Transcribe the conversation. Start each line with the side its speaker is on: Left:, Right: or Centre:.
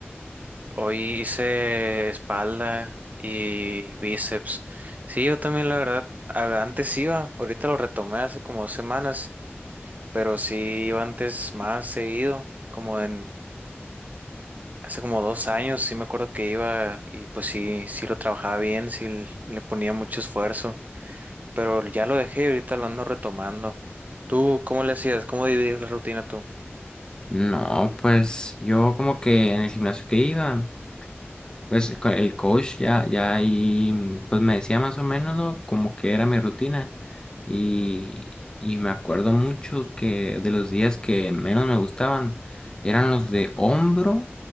Right: Hoy hice espalda y bíceps. Sí, yo también, la verdad, a- antes iba. Ahorita lo retomé hace como dos semanas, pero sí iba antes más seguido. Como en hace como dos años, sí me acuerdo que iba y pues sí, sí lo trabajaba bien, sí l- le ponía mucho esfuerzo. pero ya lo dejé y ahorita lo ando retomando. ¿Tú cómo le hacías? ¿Cómo dividías la rutina tú?
Left: No, pues yo como que en el gimnasio que iba. Pues con el coach ya, ya ahí, mm, pues me decía más o menos, ¿no? Como que era mi rutina. Y, y me acuerdo mucho que de los días que menos me gustaban eran los de hombro